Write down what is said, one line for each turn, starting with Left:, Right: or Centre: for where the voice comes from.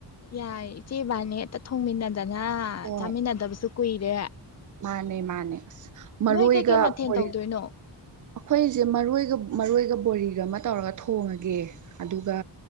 Left: ꯌꯥꯏ ꯏꯆꯦ ꯏꯕꯅꯤ <unintelligible> ꯊꯣꯡꯃꯤꯟꯅ ꯗꯅ
Right: ꯍꯣꯏ
Left: ꯆꯥꯃꯤꯟꯅꯗꯕꯁꯨ ꯀꯨꯏꯔꯦ
Right: ꯃꯥꯅꯦ ꯃꯥꯅꯦ ꯃꯔꯣꯏꯒ
Left: ꯅꯣꯏ ꯀꯩꯀꯩ ꯃꯊꯦꯜ
Right: ꯕꯣꯔꯤ
Left: ꯇꯧꯗꯣꯏꯅꯣ
Right: ꯑꯩꯈꯣꯏꯁꯦ ꯃꯔꯣꯏ ꯃꯔꯣꯏꯒ ꯕꯣꯔꯤꯒ ꯑꯃ ꯇꯧꯔꯒ ꯊꯣꯡꯉꯒꯦ ꯑꯗꯨꯒ